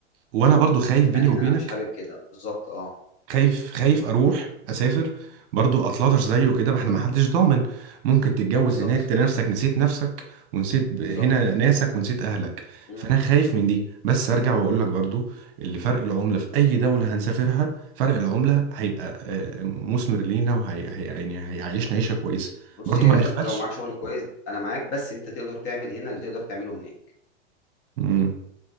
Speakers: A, on the right (about 50°); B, on the left (about 40°).
A: وانا برضو خايف بيني
B: يعني
A: وبينك
B: انا مش حابب كده بالظبط اه
A: خايف خايف اروح اسافر برضو اطلطش زيه كده ما احنا ما حدش ضامن ممكن تتجوز
B: بالظبط
A: هناك تلاقي نفسك نسيت نفسك ونسيت ب-
B: بالظبط
A: هنا ناسك ونسيت اهلك
B: مم.
A: فانا خايف من دي بس ارجع واقول لك برضو اللي فرق العمله في اي دوله هنسافرها فرق العمله هيبقى آه، مثمر لينا وهي هي- يعني هيعيشنا عيشه كويسه
B: بص
A: برضو
B: يا
A: ما نغفلش
B: انت لو معاك شغل كويس انا معاك بس انت تقدر تعمل هنا اللي تقدر تعمله هناك
A: مم.